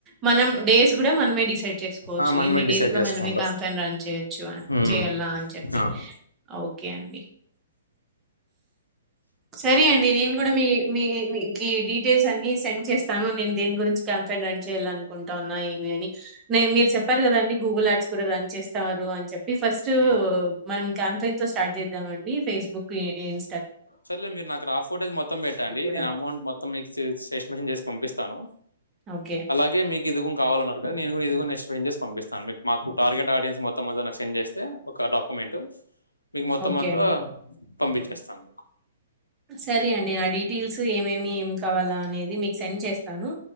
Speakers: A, on the right (about 20°); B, on the left (about 85°).
A: మనం డేస్ గుడా మనమే డిసైడ్ చేసుకోవచ్చు.
B: ఆ, మనమే
A: ఇన్ని డేస్
B: డిసైడ్
A: లో
B: చేసుకుంటాం
A: మనమే కంపెన్ రన్ చేయచ్చు
B: ఉమ్.
A: చెయల్న ఆన్ చెప్పి
B: ఆ.
A: అ ఓకే అండి సరీ అండి నేన్ గుడా మీ మీ మీ జీ డీటెల్ స్ అన్ని సెండ్ చేస్తాను నేన్ దేని గురించి క్యాంపయిన్ రన్ చేయాలన్కుంటా ఉన్నా ఏమి అని మేం మీరు చెప్పారు గదండి గూగుల్ యాడ్స్ కూడా రన్ చే ఇస్తారు అని చెప్పి ఫస్ట్
B: ఉమ్.
A: మనం కాంపయిన్ తో స్టార్ట్ జేద్దాం అండి. ఫేస్బుక్ ఇం
B: సర్లే మీరు నాకు రాఫ్ ఫోటోజ్ మొత్తం పెట్టండి
A: కూడా.
B: నేను అమౌంట్ మొత్తం మీకు ఎస్టిమేషన్ చేసి పంపిస్తాను
A: ఓకే.
B: అలాగే మీకు ఇదిగుం కావాలన్నారు కద నేను గుడా ఇది గూడా నెస్టిఫైన్ చేసి పంపిస్త అండి మాకు టార్గెట్ ఆడియన్స్ మొత్తం ఓసారి నాక్ సెండ్ జేస్తే ఒక డాక్య మెంట్ మీకు మొత్తం
A: ఓకే
B: అంతా
A: అండి.
B: పంపించేస్తాను మీ
A: సరే అండి నా డీటెయిల్స్ ఏమేమి ఏం కావాలా అనేది మీకు సెండ్ చేస్ తను